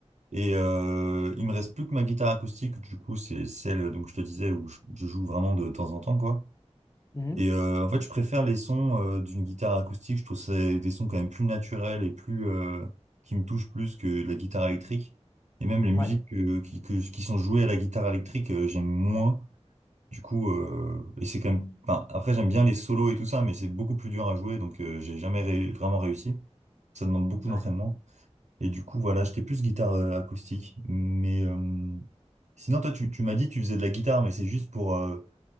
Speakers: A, on the right; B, on the left.
A: et euh, il me reste plus que ma guitare acoustique du coup c'est celle donc je te disais où je, je joue vraiment de temps en temps quoi.
B: mhm.
A: Et euh, en fait, je préfère les sons euh, d'une guitare acoustique. Je trouve ça des sons quand même plus naturels et plus euh, qui me touchent plus que de la guitare électrique. Et même les Mhm.
B: Ouais.
A: musiques que- qui, que- qui sont jouées à la guitare électrique, euh, j'aime moins. Du coup, euh, et c'est quand même. Enfin, après, j'aime bien les solos et tout ça, mais c'est beaucoup plus dur à jouer, donc euh, j'ai jamais ré- vraiment réussi. Ça demande beaucoup
B: ouais.
A: d'entraînement. Et du coup, voilà, j'étais plus guitare euh, acoustique. Mais euh, sinon, toi, tu, tu m'as dit que tu faisais de la guitare, mais c'est juste pour euh,